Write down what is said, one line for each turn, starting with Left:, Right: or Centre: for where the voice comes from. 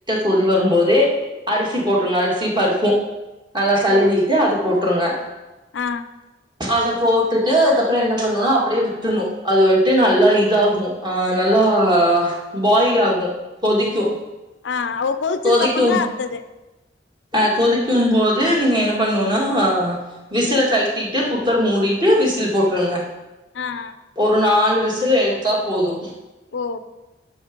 Right: கொதி வரும்போதே அரிசி போட்டருங்க அரிசி பருப்பும் நல்லா கழுவிட்டு
Left: ஓ
Right: அத போட்டுருங்க
Left: ஆ
Right: அத போட்டுட்டு அதுப்றொ என்ன பண்ணுன்னா அப்டியே விட்டுர்ணு அது வந்ட்டு நல்லா இதாகு ஆ நல்லா பாயில் ஆகு கொதிக்கு
Left: ஆ அவ கொதிச்சதுக்கு
Right: கொதிக்கும்
Left: அப்பந்தா அத்தது
Right: அ கொதிக்கும் போது நீங்க என்ன பண்ணுன்னா விசில கழுத்திட்டு குக்கர் மூடிட்டு விசில் போட்ருங்க
Left: ஆ ஆ
Right: ஒரு நால் விசில எடுத்தா போதும்
Left: ஓ